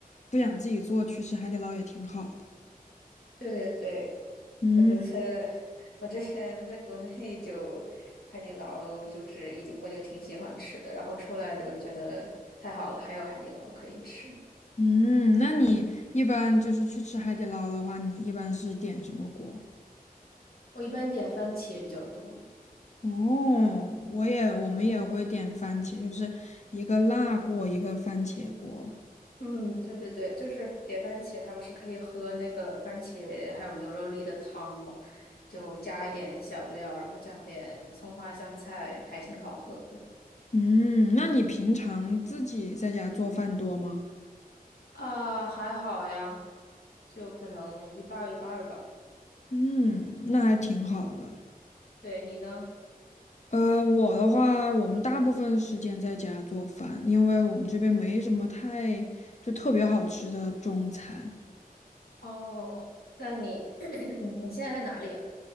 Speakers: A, on the left; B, on the left.
A: 不想自己做，去吃海底捞也挺好的。
B: 对对对，
A: 嗯
B: 我觉得我之前在国内就海底捞就是已经我就挺喜欢吃的，然后出来就觉得太好了，还有海底捞可以吃。
A: 嗯，那你一般就是去吃海底捞的话，你一般是点什么锅？
B: 我一般点番茄比较多。
A: 哦，我也，我们也会点番茄，就是一个辣锅，一个番茄锅。
B: 嗯，对对对，就是点番茄，它不是可以喝那个番茄还有牛肉粒的汤嘛，就加一点小料，然后加点葱花香菜，还挺好喝的。
A: 嗯，那你平常自己在家做饭多吗？
B: 啊，还好呀。就可能一半儿一半儿吧。
A: 嗯，那还挺好的。
B: 对，你呢？
A: 呃，我的话，我们大部分时间在家做饭，因为我们这边没什么太就特别好吃的中餐。
B: 哦，那你 <clears throat> 你你现在在哪里啊？